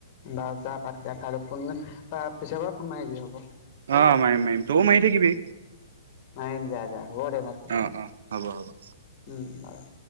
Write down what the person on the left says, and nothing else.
বা যা ভাতকেইা খাই ল তাৰ পিছৰ পৰা ফোন মাৰিবি হ'ব।
মাৰিম যা যা হ'ব দে ভাত খাই
উম বাৰু